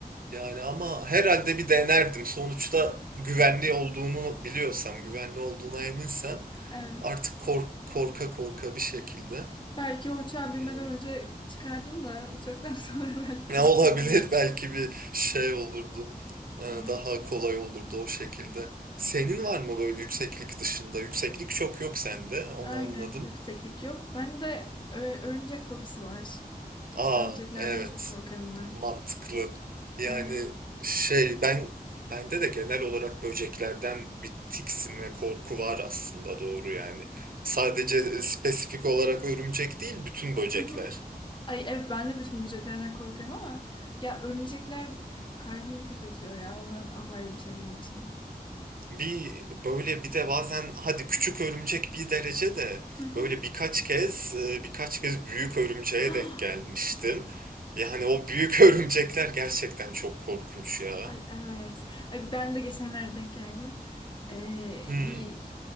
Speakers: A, on the right; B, on the left.
A: Yani ama herhalde bir denerdim. Sonuçta güvenli olduğunu biliyorsam, güvenli olduğuna eminsem
B: Evet.
A: artık kork korka korka bir şekilde.
B: Belki o uçağı binmeden
A: Ya.
B: önce çıkardın da uçaktan <laughs> sonra belki korkuyor
A: Ne olabilir
B: olabilirsin.
A: <laughs> belki bir şey olurdu. Ee,
B: Evet.
A: Daha kolay olurdu o şekilde. Senin var mı böyle yükseklik dışında? Yükseklik çok yok sende. Onu
B: Aynen.
A: anladım.
B: Yükseklik yok. Ben de ö- örümcek fobisi var.
A: Aa
B: Örümceklerden
A: evet.
B: çok korkarım ben.
A: Mantıklı. Yani
B: Evet.
A: şey ben bende de genel olarak böceklerden bir tiksinme korku var aslında doğru yani. Sadece e, spesifik olarak örümcek değil bütün
B: <laughs>
A: böcekler.
B: Ay evet ben de bütün böceklerden korkarım ama ya örümcekler kalbimi tekletiyor ya. Onlar apayrı bir şey benim için.
A: Bir böyle bir de bazen hadi küçük örümcek bir derece de
B: Hı hı.
A: böyle birkaç kez e, birkaç kez büyük örümceğe
B: <gasps>
A: denk gelmiştim. Yani o büyük <laughs> örümcekler gerçekten çok korkunç ya.
B: Ay evet. Ay ben de geçenlerde denk geldim. Ee,
A: Hı,
B: bir